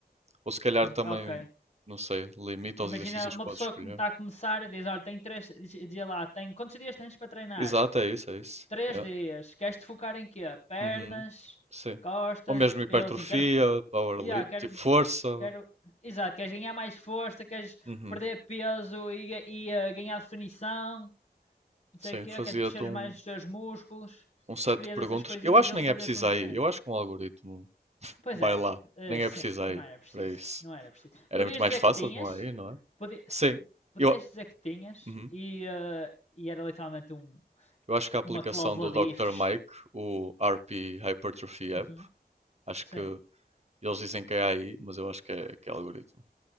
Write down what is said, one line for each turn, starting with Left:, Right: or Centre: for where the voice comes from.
Right: Ou se calhar também,
Left: Ok.
Right: não sei, limita
Left: Imagina
Right: os exercícios
Left: uma
Right: que podes
Left: pessoa
Right: escolher.
Left: que está a começar e diz: Olha, tem três. dias lá, tem quantos dias tens para treinar?
Right: Exato, é isso, é isso.
Left: Três
Right: Yeah.
Left: dias. Queres te focar em quê? Pernas,
Right: Uhum. Sim.
Left: costas.
Right: Ou mesmo
Left: Ele
Right: hipertrofia,
Left: assim, quero.
Right: powerlifting,
Left: Yeah, quero.
Right: tipo força.
Left: Quero. Exato, queres ganhar mais força, queres
Right: Uhum.
Left: perder peso e, e eh, ganhar definição, não sei
Right: Sim,
Left: o quê,
Right: fazia-te
Left: queres crescer
Right: um,
Left: mais os teus músculos.
Right: um set
Left: Escolhias
Right: de perguntas.
Left: essas coisinhas
Right: Eu acho
Left: e
Right: que
Left: ele
Right: nem
Left: fazia-te
Right: é preciso
Left: um 60.
Right: aí. Eu acho que um algoritmo
Left: Pois
Right: vai
Left: é,
Right: lá.
Left: eh,
Right: Nem
Left: sim,
Right: é preciso aí
Left: não era preciso,
Right: para isso.
Left: não era preciso.
Right: Era
Left: Podias
Right: muito mais
Left: dizer
Right: fácil
Left: que tinhas,
Right: com aí, não é?
Left: podi- se-
Right: Sim.
Left: podias
Right: Eu...
Left: dizer que tinhas
Right: Uhum.
Left: e, eh, e era literalmente um-
Right: Eu acho que a aplicação
Left: uma cláusula
Right: do
Left: de
Right: Dr.
Left: ifs.
Right: Mike, o RP Hypertrophy App,
Left: Uhum,
Right: acho
Left: sim.
Right: que eles dizem que é AI, mas eu acho que é, que é algoritmo.